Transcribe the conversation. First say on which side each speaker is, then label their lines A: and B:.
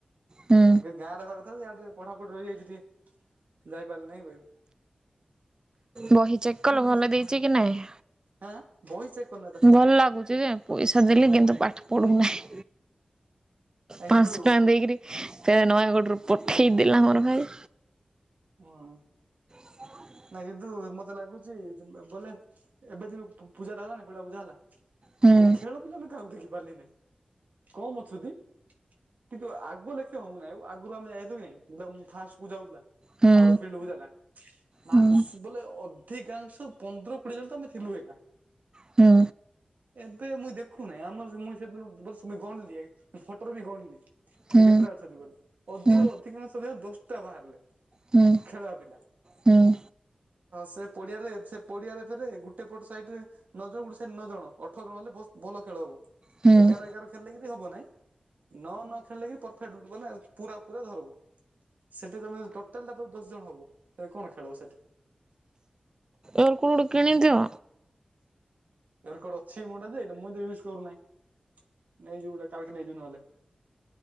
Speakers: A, on the right (about 25°); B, on the right (about 70°).
A: ହୁଁ
B: ଗେଗାଁରେ କଥା ଆଉ ଟିକେ ପଢାପଢି ରହିଯାଇଛି ଟିକେ ଯାଇପାରିଲି ନାଇଁ ବେ।
A: ବହି ଚେକ୍ କଲ ଭଲ
B: କିଛି
A: ଦେଇଛି କି ନାଇଁ।
B: ଆଁ ବହି ଚେକ୍ କରିନତା
A: ଭଲ୍ ଲାଗୁଛି ଯେ ପଇସା ଦେଲି କିନ୍ତୁ ପାଠ୍ ପଢୁନାହିଁ। ପାଂଶ
B: କିନ୍ତୁ
A: ଟଙ୍କା ଦେଇକିରି ନୟାଗଡ଼ରୁ ପଠେଇ ଦେଲା ମୋର୍ ଭାଇ।
B: ହଁ।
A: <inaudible>
B: ନାଇଁ କିନ୍ତୁ ମତେ ଲାଗୁଛି <unintelligible> ବୋଲେ ଏବେ ଦିନୁ ପୂ ପୂଜା ଟା ହେଲାନ ପଡିଆ ପୂଜା ହେଲା।
A: ହୁଁ
B: ଖେଳ ପିଲା ମୁଁ କାହାକୁ ଦେଖି ପାରିଲିନି କମ ଅଛନ୍ତି। କିନ୍ତୁ ଆଗ ଲେଖିବା ହଉନାହିଁ। ଆଗରୁ ଆମେ ଯାଇଥିଲୁ କି ନାଇଁ <unintelligible> ଫାଷ୍ଟ ପୂଜା ଉଥିଲା।
A: ହୁଁ
B: ଅର ଫିଲ୍ଡ୍ କୁ ଦେଲା। ମାକ୍ସ
A: ହୁଁ
B: ବୋଲେ ଅଧିକାଂଶ ପନ୍ଦର କୁଡିଏଜନ୍ ତ ମେ ଥିଲୁ ଏକା।
A: ହୁଁ ହୁଁ
B: ଏବେ ମୁଇଁ ଦେଖୁନାହିଁ। ଆମରସ ମୁଇଁ ସେଦିନ <unintelligible> ଗଣଲି ଫଟୋର ବି ଗଣଲି।
A: ହୁଁ
B: ଯେ କେତେଟା ଅଛନ୍ତି ବୋଲି ଅଧେରୁ
A: ହୁଁ
B: ଅଧିକାଂଶ ଦଶଟା ବାହାରିଲେ।
A: ହୁଁ
B: ଖେଳେବାପିଲା।
A: ହୁଁ ହୁଁ
B: ସେ ପଡିଆରେ ସେ ପଡିଆରେ ଫେରେ ଗୋଟେ ପଟ ସାଇଡରେ ନ ଜଣ ଗୋଟେ ସାଇଡ ନ ଜଣ। ଅଠର ଜଣ ହେଲେ ଭଲ ଖେଳ ହବ
A: ୟାର
B: ଏଗାର ଏଗାର ଖେଳିଲେ କି ହବ ନାଇ ନ ନ ଖେଳିଲ <unintelligible> ପୁରା ପ ଧରିବ୍। ସେଠି ତମେ ଟୋଟାଲ ଟା ତ ଦଶ ଜଣ ହବ ସେ କଣ ଖେଳ ସେଠି?
A: ଏର କୋଉଠୁ କିଣିଦିଅ?
B: ଇଅରକଡ୍ ଅଛି ମୋଟା ଯେ ମୁଁ ତ ୟୁଜ କରୁନାହିଁ। ନେଇଯିବ ଗଟେ କାଲକ ନେଇଯିବ ନହେଲେ।